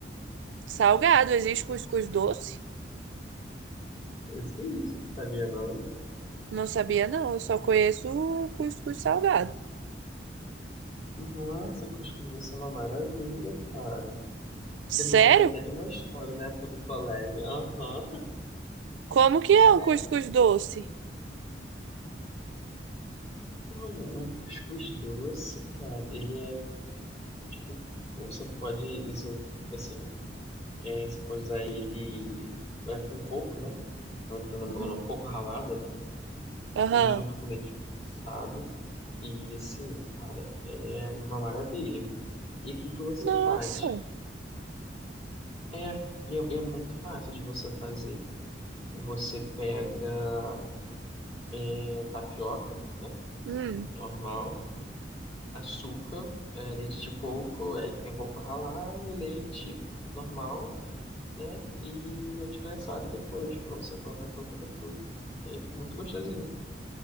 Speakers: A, on the right (about 85°); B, on the left (about 35°).
A: Salgado, existe cuscuz doce?
B: Existe, sabia não?
A: Não sabia não, eu só conheço o cuscuz salgado.
B: Nossa, cuscuz vai ser uma maravilha, cara. Você
A: Sério?
B: me lembrou até de uma história na época do colégio. Aham.
A: Como que é
B: Ai,
A: o cuscuz doce?
B: então, o cuscuz doce, cara, ele é, tipo, você pode, isso, assim, é, você pode usar ele é, com coco, né? Eu não lembro
A: Hum,
B: o nome, coco ralado, né?
A: Aham.
B: E junto com leite condensado. E assim, cara, é uma maravilha. E o que que você
A: Nossa.
B: faz? É, e é, e é muito fácil de você fazer. Você pega é, tapioca, né?
A: Hum,
B: Normal, açúcar, é, leite de coco, aí tem coco ralado, leite normal, né? E leite condensado depois, pra você colocar pela cobertura. E fica muito gostosinho.